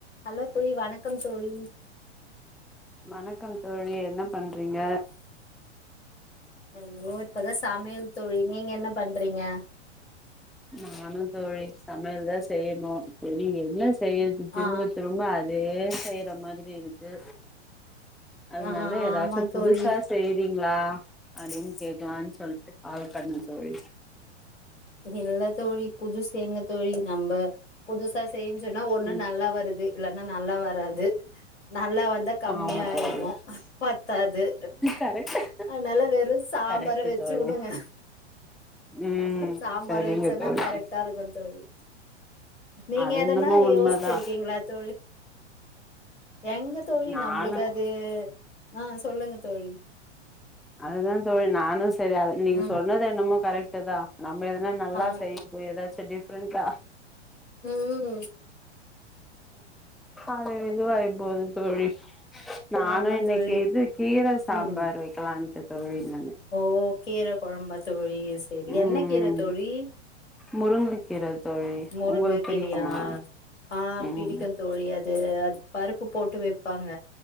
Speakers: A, on the left (about 85°); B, in the centre.
A: hello தோழி வணக்கம் தோழி
B: வணக்கம் தோழி என்ன பண்றீங்க
A: ஐயோ இப்பதா சமையல் தோழி, நீங்க என்ன பண்றீங்க
B: நானு தோழி சமையல் தா செய்யணு செரி என்ன செய்யறது திரும்ப
A: ஆ
B: திரும்ப அதே செய்யற மாதிரி இருக்கு அதனால
A: ஆ
B: ஏதாச்சும்
A: ஆமா தோழி
B: புதுசா செய்றீங்ளா அப்டின்னு கேக்கலான்னு சொல் ட்டு ஆள காட்னனு செல்லவே
A: இல்ல தோழி புதுசு எங்க தோழி நம்ம புதுசா செ செஞ்சோன்னா ஒண்ணு
B: ம்
A: நல்லா வருது இல்லன்னா நல்லா வராது நல்லா இருந்தா கம்மியா
B: ஆமா தோழி
A: இருக்கு பத்தாது
B: கரெக்ட்
A: அதனால வெறு சாம்பார
B: கரெக்ட்
A: வச்சு
B: தோழி
A: வுடுங்க
B: ம்
A: சம்பார்
B: சரிங்க
A: வச்சன்னா
B: தோழி
A: கரெக்டா இருக்கு தோழி நீங்க
B: அது
A: எதன்னா
B: என்னமோ உண்மதா
A: யோசிச்சிருக்கீங்களா தோழி எங்க தோழி
B: நானு
A: நம்ளுக்கு அது ஆ சொல்லுங்க தோழி
B: அதுதா தோழி நானு சேரி அது நீங்க
A: ம்
B: சொன்னது என்னமோ கரெக்ட்டு தா நம்ப எதனா நல்லா
A: ஆ
B: செய்யப்போயி ஏதாச்சு டிஃப்ரெண்டா
A: ம்
B: அது இதுவாயி போது தோழி நானு
A: ஆமா
B: இன்னைக்கி
A: தோழி
B: இது கீர சாம்பார்
A: ம்
B: வைக்கலான்ட்டு தோழி நானு
A: ஓ கீர கொழம்பா தோழி சேரி என்ன
B: ம்
A: கீர தோழி
B: முருங்கக்கீர தோழி
A: முருங்க
B: உங்களுக்கு
A: கீரையா
B: பிடிக்குமா
A: ஆ
B: ம்
A: பிடிக்கு தோழி அது அது பருப்பு போட்டு வப் ப்பாங்க